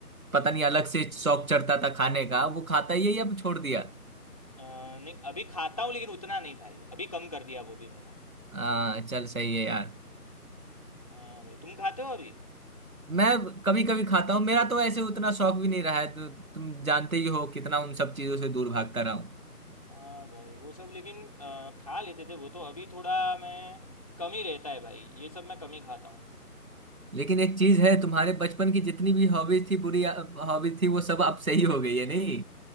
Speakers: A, on the right; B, on the left.
A: पता नहीं अलग से शौक चढ़ता था खाने का वो खाता ही है या छोड़ दिया
B: अ, नहीं अभी खाता हूँ लेकिन उतना नहीं भाई अभी कम कर दिया वो भी मैंने
A: हाँ चल सही है यार
B: हाँ भाई तुम खाते हो अभी
A: मैं कभी कभी खाता हूँ मेरा तो ऐसे उतना शौक भी नहीं रहा है तु, तुम जानते ही हो कितना उन सब चीजों से दूर भागता रहा हूँ
B: हाँ भाई वो सब लेकिन अ, खा लेते थे वो तो अभी थोड़ा मैं कम ही रहता है भाई ये सब मैं कम ही खाता हूँ
A: लेकिन एक चीज है तुम्हारे बचपन की जितनी भी हॉबीज थी बुरी हॉबीज थी वो सब अब सही हो गई है नहीं